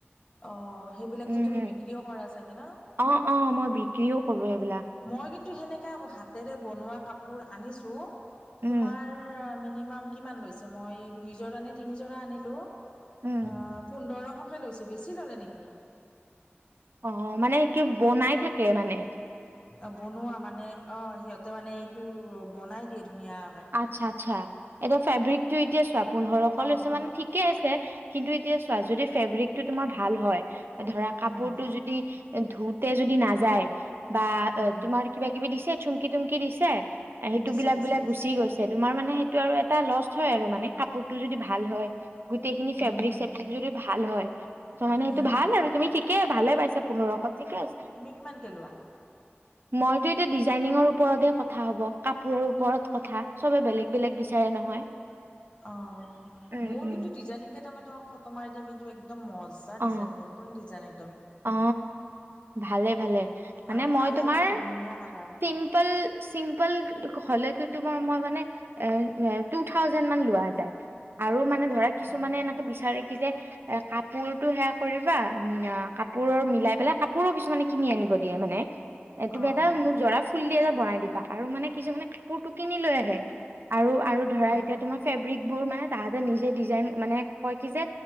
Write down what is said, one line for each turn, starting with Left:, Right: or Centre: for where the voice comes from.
Left: অ। সেইবিলাকতো
Right: উম,
Left: তুমি বিক্ৰীও কৰা চাগে ন
Right: অ অ মই বিক্ৰীও কৰলো সেইবিলাক।
Left: কিন্ত সেনে হাতেৰে বনোৱা কাপোৰ আনিছো
Right: উম
Left: তোমাৰ। মিনিমাম কিমান লৈছে মই নিজৰজ কাৰনে তিনিজৰা আনিলো অ
Right: উম
Left: সুন্দৰ। সহকৈ লৈছে বেছি ল'লে নেকি।
Right: অ মানে কি বনাই থাকে মানে।
Left: অ বনোৱা মানে অ সিহঁতে মানে এইটো বনাই দিয়ে। ধুনীয়াকে
Right: আচ্ছা আচ্ছা এতিয়া ফেব্ৰিকতটো এতিয়া চোৱা পোন্ধৰশ
Left: অ
Right: লৈছে
Left: অ
Right: মানে ঠিকে আছে। কিন্তু এতিয়া চোৱা যদি ফেব্ৰিকটো তোমাৰ ভাল হয় ধৰা কাপোৰটো
Left: হম হম
Right: যদি। ধোতে যদি নাযায়। বা
Left: হুম হুম
Right: তোমাৰ কিবা কিবি দিছে চুমকি তুমকি দিছে, সেইটো
Left: দিছে
Right: বিলাক
Left: দিছে
Right: বিলাক।
Left: দিছে
Right: গুচি গৈছে তোমাৰ মানে সেইটো আৰু এটা লছ হয় আৰু মানে কাপোৰ। ভাল হয়, গোটেই খিনি
Left: হুম
Right: ফেৰৰিক
Left: হুম
Right: চিক
Left: হুম
Right: যদি ভাল হয় ত মানে
Left: হুম
Right: সেইটো ভাল
Left: হুম
Right: আৰু তুমি। কি ভালে পাইছো পোন্ৰশত ঠিকে আছে।
Left: কিমান কে লোৱা।
Right: মইতটো এতিয়া ডিজাইনিঙৰ ওপৰতহে ক। কথা হব কাপোৰৰ ওপৰত কথা চবে বেলেগ বেলেগ বিচাৰে নহয়।
Left: অ
Right: উম
Left: মোৰ
Right: উম।
Left: কিন্তু ডিজাইং কেইটা মই তোমাক খতমাই দিম কিন্তু। একদম মজা
Right: অ
Left: ডিজাইন নতুন ডিজাইন এক।
Right: অ, ভালে ভালে, মানে
Left: আৰু
Right: মই
Left: কালাৰটো
Right: তোমাৰ,
Left: ধুনীয়া কালাৰ
Right: চিম্পল। চিম্পল হলেতো তোমাৰ মই মানে, এ টু থাউজেড মান লোৱা যায়। আৰু মানে ধৰা কিছুমানে
Left: অ
Right: এনেকে বিচাৰে কি যে এ কাপোৰতটো সেয়া কৰিবা উম ক। কাপোৰৰ মিলাই পেলাই কাপোৰো কিছুমানে কিনি আনিব দিয়ে মানে, এ তুমি
Left: অ
Right: এটা
Left: অ
Right: মোক জৰা ফুল দি এটা বনাই। দিবা আৰু মানে কিছুে কাপোৰটো কিনি লৈ আহে আৰু আৰু ধৰা
Left: অ অ
Right: এতিয়া তোমাৰ ফেব্ৰিক বোৰ মানে। তাহাঁতে নিজে ডিজাইন মানে, কয় কি যে